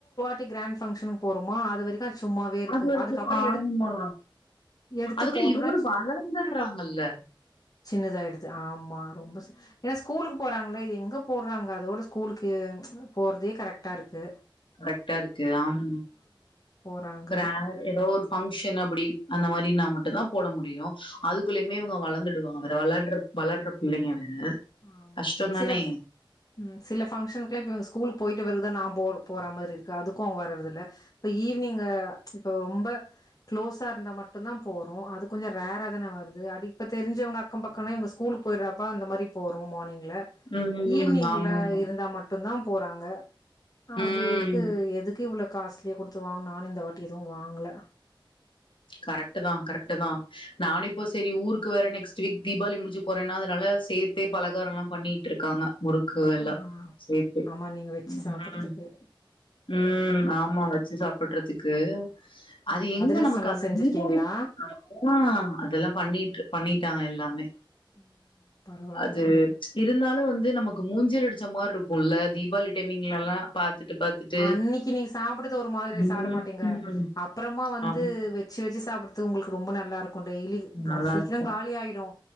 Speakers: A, on the left; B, on the left.
A: டி கிராண்ட் ஃபங்ஷனுக் போறோமா அது வரைக்கு சும்மாவே இருக்கு.
B: அது வரைக்கு
A: அதுக்கப்புறோ
B: ஆமா
A: எடுத் எடுத்து
B: அதுக்குள்ள
A: போட்டோனா
B: இவங்களு வளந்துர்றாங்கல்ல
A: சின்னதாயிடுது ஆமா ரொம்ப சே ஏ ஸ்கூலுக்கு போறாங் கலா இது எங்க போட்றாங்க அதோட ஸ்கூலுக்கு போறதே கரெக்டாருக்கு
B: கரெக்டா இருக்கு ஆம்
A: போறாங்க
B: ரேர் எதோவொரு ஃபங்க்ஷன் அப்டி‌ அந்த மாரினா மட்டுதா போட முடியு
A: ம்
B: அதுக்குள்ளயுமே இவங்க வளந்துட் வெளையாட்ற வளர்ற பிள்ளைங்க
A: ஆமாம்
B: கஷ்டந்தானே
A: சில ப் சில பங்க்ஷனுக்லாம் இப்பவ ஸ்கூலுக்கு போயிட்டு வருதா நா போ போற மாரி இருக்கு அதுக்கு அவ வரதில்ல, இப்ப ஈவ்னிங்க இப்ப ரொம்ப க்ளோசா இருந்தா மட்டும்தான் போறோம். அது கொஞ்சம் ரேராதான வருது, அது இப்ப தெரிஞ்சவங்க அக்கம் பக்கனா இவுங்க ஸ்கூலுக்கு போயிரப்ப அந்த மாரி. போறோம் மார்னிங்ல ல
B: ம்
A: ஈவ்னிங்ல
B: ஆமா ஆமா
A: இருந்தா மட்டு மட்டுந்தா போறாங்க அதுக்கு
B: ம்
A: எதுக்கு இ்வ்ளோ காஸ்லியா குடுத்து வாங் நானு இந்த வாட்டி எதுவும் வாங்கல
B: கரெக்டுதா கரெக்டுதா, நானு இப்போ சரி ஊருக்கு வேற நெக்ஸ்ட் வீக் தீபாளி முடிஞ்சு போறனா, அதனால சேத்தே பலகாரலா பண்ணிட்ருக்காங்க. முறுக்கு எலாம்
A: ஆ
B: சேர்த்து,
A: ஆமா நீங்க வெச்சு
B: ம்
A: சாப்புட்றதுக்கு
B: ம்
A: பரவால்ல
B: ஆமா வச்சு சாப்படறதுக்கு,
A: ம்
B: அது எங்க
A: அதிரசோ
B: நமக்கு
A: எல்லா
B: அந்த
A: செஞ்சிருக்கீங்களா
B: தீபாளிக் ஆ அதெலா, அதெலாம் பண்ணிட்டு பண்ணிட்டாங்க எல்லாமே
A: ம் பரவால்ல
B: அது
A: ம்
B: இருந்தாலும் வந்து நமக்கு மூஞ்சில அடிச்ச மாரி இருக்கும்ல்ல தீபாவளி டைமிங்ல எல்லாம் பாத்துட்டு பாத்துட்டு
A: அன்னைக்கு நீங்க சாப்படுறது ஒரு மாரி
B: ம்
A: சாப்படமாட்டீங்க
B: ம்
A: அப்புறமா வந்து
B: ஆமா
A: வச்சி வச்சி சாப்ட்றது உங்களுக்கு ரொம்ப நல்லாருக்கும் <unintelligible> டெய்லி
B: நல்லா
A: சீக்கிரம்
B: இருக்கு
A: காலி ஆயிடும்